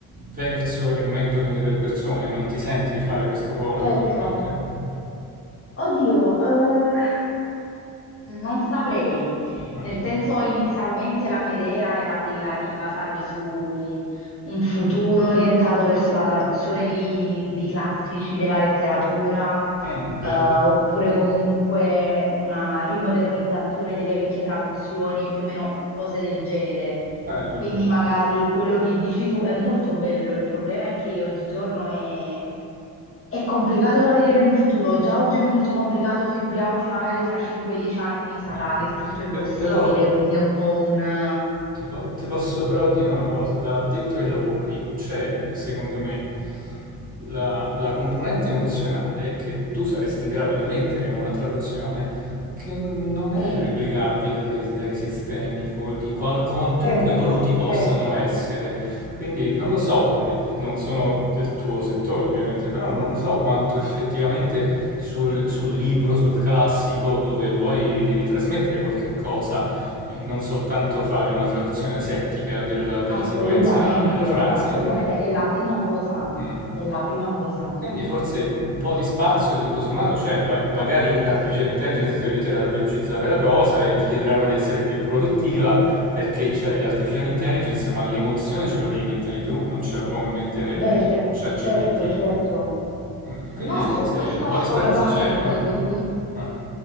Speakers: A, on the right; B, on the left.
A: verso il mentoring delle persone. Non ti senti di fare questo ruolo eventualmente?
B: Certo. Oddio, eh, non saprei.
A: Mm.
B: Nel senso, inizialmente la mia idea era quella di basarmi su un un futuro orientato verso la traduzione di, di classici della letteratura,
A: Mm, bello,
B: eh, oppure comunque una rimodernizzazione delle vecchie traduzioni, più o meno cose del genere.
A: bello.
B: Quindi magari quello che dici tu è molto bello, il problema è che oggigiorno è è complicato da vedere in un futuro, già oggi è molto complicato, figuriamoci, magari fra 5-10 anni sarà
A: Mm.
B: del tutto impossibile,
A: Però, però
B: quindi è un po' un... eh,
A: Ti, po- ti posso però dire una cosa, da addetto ai lavori c'è, secondo me, la, la componente emozionale che tu saresti in grado di mettere in una traduzione che non è
B: Sì,
A: replicabile dai, dai sistemi co- di qual- quantunque
B: certo,
A: evoluti possano
B: certo.
A: essere. Quindi non lo so, eh, non sono del tuo settore ovviamente, però non lo so quanto effettivamente sul, sul libro, sul classico, dove poi devi trasmettere qualche cosa e non soltanto fare una traduzione asettica del- della
B: Assolutamente,
A: sequenza della frase.
B: assolutamente, è la prima cosa,
A: Mm.
B: è la prima cosa.
A: Quindi forse un po' di spazio tutto sommato c'è, ma magari l'artificial intelligence ti aiuterà a velocizzare la cosa e ti chiederanno di essere più produttiva perché c'hai l'artificial intelligence, ma l'emozione ce la devi mettere tu, non ce la può mettere
B: Beh, ce-
A: ChatGPT.
B: certo, certo.
A: Mm. Quindi
B: No,
A: forse
B: su questo
A: un po'
B: assolutamente,
A: di speranza c'è, no?
B: quindi
A: Ah.